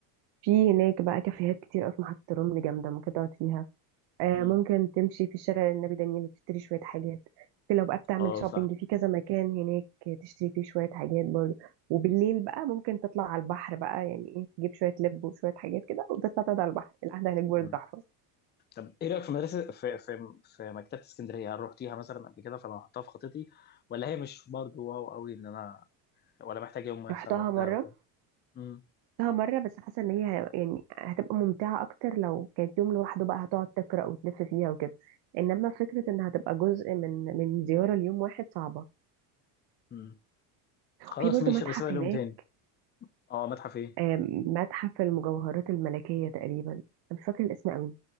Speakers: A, on the right; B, on the left.
A: في هناك بقى كافيهات كتير قوي في محطه رمل جامده ممكن تقعد فيها آه،
B: مم.
A: ممكن تمشي في الشارع النبي دانيال وتشتري شوية حاجات ممكن لو بقى بتعمل
B: اه
A: شوبينج
B: صح
A: في كذا مكان هناك تشتري فيه شوية حاجات برضه وبالليل بقى ممكن تطلع على البحر بقى يعني ايه تجيب شوية لب وشوية حاجات كده وتطلع تقعد على البحر القعدة هناك برضه
B: مم.
A: تحفة
B: طب ايه رأيك في مدرسة في في في مكتبة اسكندرية هل رحتيها مثلا قبل كده فانا هحطها في خطتي ولا هي مش برضو واو قوي ان انا ولا محتاج يوم مثلا
A: رحتها
B: لوحدها
A: مرة
B: او كده مم.
A: رحتها مرة بس حاسة ان هي ه- يعني هتبقى ممتعة اكتر لو كانت يوم لوحده بقى هتقعد تقرأ وتلف فيها وكده انما فكرة انها هتبقى جزء من من زيارة ليوم واحد صعبة
B: مم. خلاص
A: في برضه
B: ماشي
A: متحف
B: بس بقى اليوم
A: هناك
B: تاني اه متحف ايه
A: آم، متحف المجوهرات الملكية تقريبا أنا مش فاكرة الاسم قوي